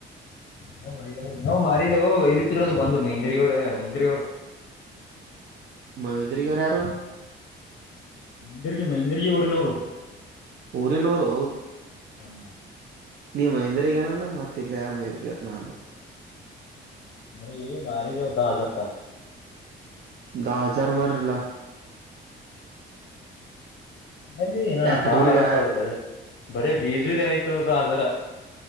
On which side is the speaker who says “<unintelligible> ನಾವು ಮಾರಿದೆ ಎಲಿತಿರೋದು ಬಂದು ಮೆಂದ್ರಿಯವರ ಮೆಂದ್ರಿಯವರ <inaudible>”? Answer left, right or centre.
Left